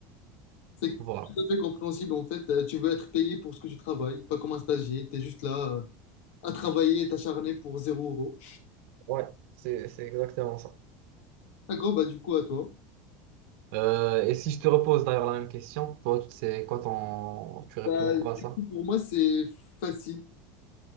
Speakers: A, on the left; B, on the right.
A: C'est
B: voilà.
A: tout à fait compréhensible. En fait, euh, tu veux être payé pour ce que tu travailles, pas comme un stagiaire. Tu es juste là euh, à travailler et t'acharner pour zéro euro
B: Ouais, c'est, c'est exactement ça.
A: D'accord, bah du coup, à toi.
B: Euh, et si je te repose d'ailleurs la même question, toi, c'est quoi ton... Tu réponds
A: Bah,
B: quoi
A: du
B: à ça?
A: coup, pour moi, c'est facile.